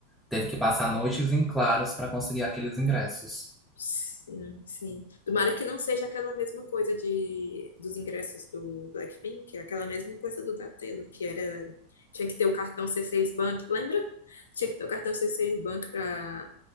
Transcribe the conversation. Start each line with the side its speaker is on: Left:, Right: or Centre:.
Centre: teve que passar noites em claros para conseguir aqueles ingressos.
Left: Sim, sim. Tomara que não seja aquela mesma coisa de dos ingressos do Blackpink, é aquela mesma coisa do da Taylor, que era tinha que ter o cartão C6 Bank, lembra? Tinha que ter o cartão C6 Bank para